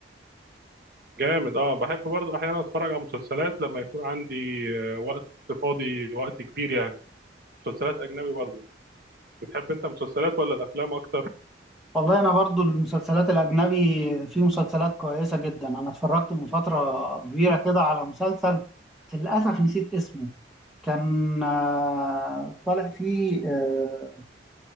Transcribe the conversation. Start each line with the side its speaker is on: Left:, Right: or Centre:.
Right: جامد اه بحب برضو احيانا اتفرج على مسلسلات لما يكون عندي آه، وقت فاضي وقت كبير يعني مسلسلات اجنبي برضو بتحب انت مسلسلات ولا الافلام اكتر
Centre: والله انا برضو المسلسلات الاجنبي في مسلسلات كويسه جدا انا اتفرجت من فتره كبيره كده على مسلسل للاسف نسيت اسمه كان آه، طالع فيه آه،